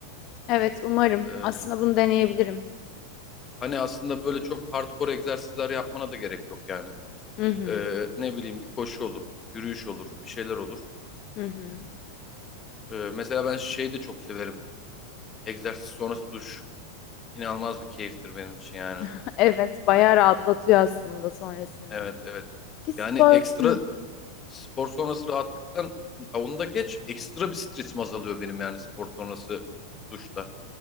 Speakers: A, on the left (about 40°); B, on the left (about 20°).
A: evet umarım.
B: E,
A: Aslında bunu deneyebilirim.
B: hani aslında böyle çok hardcore egzersizler yapmana da gerek yok yani.
A: Hı hı,
B: E, ne bileyim bir koşu olur, yürüyüş olur, bir şeyler olur.
A: hı hı.
B: E, mesela ben şey de çok severim. Egzersiz sonrası duş inanılmaz bir keyiftir benim için yani.
A: <laughs> Evet, bayağı rahatlatıyor aslında sonrasında.
B: Evet evet.
A: Ki spor.
B: Yani ekstra
A: Hı
B: spor sonrası rahatlıktan Ha, onu da geç. Ekstra bir stresim azalıyor benim yani spor sonrası duşta.